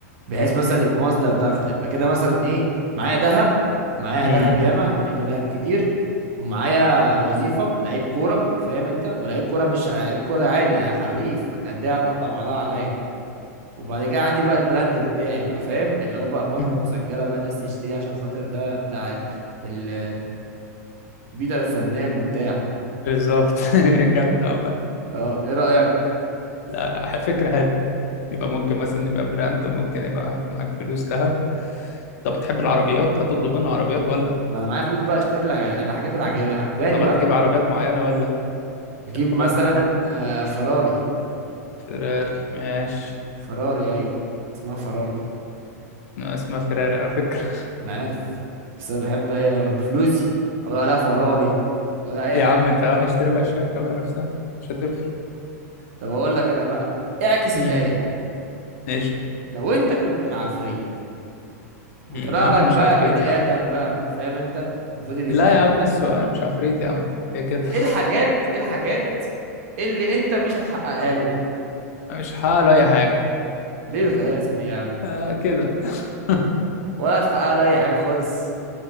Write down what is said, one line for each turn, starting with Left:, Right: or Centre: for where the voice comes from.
Right: بحيث مثلا يبقى مصدر دخل يبقى كده مثلا ايه معايا ذهب معايا
Left: امم
Right: ذهب ياما احتياطي ذهب كتير ومعايا وظيفة لعيب كورة فاهم انت ولعيب كورة مش لعيب كورة عادي انا حريف والاندية هتقطع بعضها عليا وبعد كده عندي بقى البراند بتاعي بقى فاهم اللي هو بقى ماركة
Left: أمم.
Right: مسجلة بقى الناس تشتريه عشان خاطر ده بتاع ال... ال... بيتر الفنان وبتاع
Left: بالظبط <laughs> جامدة عامة
Right: اه ايه رأيك
Left: لا لا فكرة حلوة يبقى ممكن مثلا يبقى براند وممكن يبقى معاك فلوس ذهب طب بتحب العربيات هتطلب منه عربيات ولا
Right: ما انا معايا فلوس بقى اشتري الع- الحاجات اللي عجب- عجباني
Left: طب هتجيب
Right: بقى
Left: عربيات معينة ولا
Right: اجيب
Left: في عربية
Right: مثلا
Left: معينة
Right: آه، فراري
Left: فيراري ماشي
Right: فراري ايوه اسمها فراري
Left: أنا اسمها فيراري على فكرة <laughs>
Right: انا عارف بس انا بحب ايه بقى بفلوسي اقول عليها فراري ولا اي
Left: إيه
Right: حاجه
Left: يا عم انت رايح اشتري بقى الشركة بقى نفسها مش هتفرق
Right: طب اقول لك انا بقى اعكس
Left: امم
Right: الايه
Left: ماشي
Right: لو انت كنت العفريت وطلع
Left: مم، يا عم
Right: لك
Left: انا مش
Right: بقى
Left: عفريت
Right: بني ادم
Left: يا عم
Right: بقى فاهم انت وفضل يتنطط
Left: لا يا عم ميسو انا مش عفريت يا عم ليه كده <laughs>
Right: ايه الحاجات ايه الحاجات اللي انت مش هتحققها له
Left: أنا مش هعمل اي حاجه
Right: ليه الغلاسه دي يا عم
Left: آه كده <laughs>
Right: ولا هتحقق له اي حاجه خالص